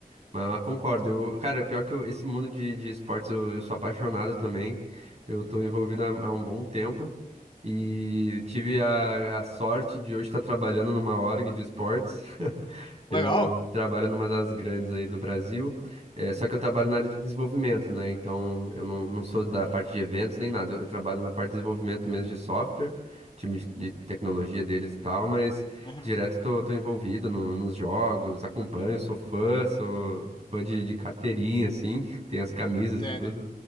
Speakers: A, on the right (about 45°); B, on the left (about 35°).
A: Mas, mas concordo. Eu, cara, é pior que eu- esse mundo de, de esportes eu, eu sou apaixonado também. Eu tô envolvido há, há um bom tempo e tive a, a sorte de hoje estar trabalhando numa org de esportes. <laughs> Eu
B: Legal.
A: trabalho numa das grandes aí do Brasil, é, só que eu trabalho na área de desenvolvimento, né? Então eu não, não sou da parte de eventos nem nada. Eu, eu trabalho na parte de desenvolvimento mesmo de software, time de, de tecnologia deles e tal, mas.
B: Uhum.
A: Direto tô, tô envolvido no- nos jogos, acompanho, sou fã, sou fã de, de carteirinha, assim, <laughs> tem as camisas
B: Entende.
A: e tudo.